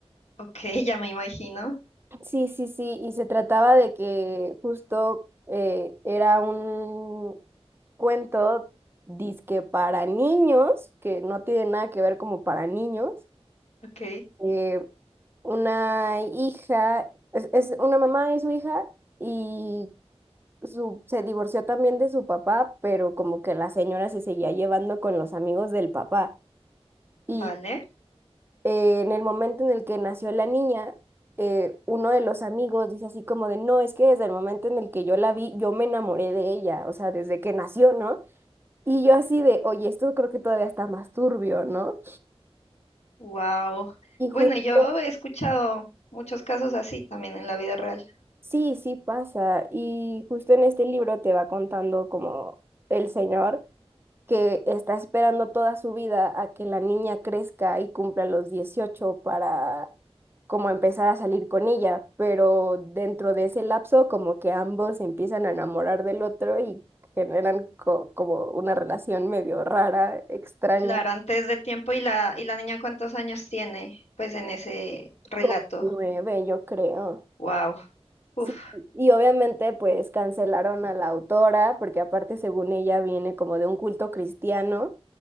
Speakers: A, on the left; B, on the right.
A: ok, <laughs> ya me imagino.
B: Sí, sí, sí, y se trataba de que justo eh, era un cuento disque para niños, que no tiene nada que ver como para niños.
A: Ok,
B: eh, una hija, es, es una mamá y su hija, y su, se divorció también de su papá, pero como que la señora se seguía llevando con los amigos del papá. Y
A: vale.
B: eh, en el momento en el que nació la niña, eh, uno de los amigos dice así como de, no, es que desde el momento en el que yo la vi, yo me enamoré de ella, o sea, desde que nació, ¿no? Y yo así de, oye, esto creo que todavía está más turbio, ¿no?
A: Wow.
B: Y
A: Bueno,
B: justo,
A: yo he escuchado muchos casos así también en la vida real.
B: sí, sí pasa. Y justo en este libro te va contando como el señor. que está esperando toda su vida a que la niña crezca y cumpla los 18 para como empezar a salir con ella, pero dentro de ese lapso como que ambos se empiezan a enamorar del otro y generan co- como una relación medio rara, extraña,
A: Claro, antes de tiempo y la y la niña cuántos años tiene, pues en ese relato.
B: como nueve, yo creo.
A: Wow. Uf,
B: Sí, y obviamente pues cancelaron a la autora, porque aparte según ella viene como de un culto cristiano,